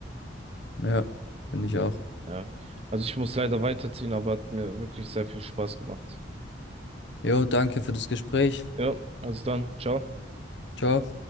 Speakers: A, on the left; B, on the right.
A: Ja, finde ich auch.
B: Ja. Also ich muss leider weiterziehen, aber hat mir wirklich sehr viel Spaß gemacht.
A: Jo, danke für das Gespräch.
B: Ja, also dann, ciao.
A: Ciao.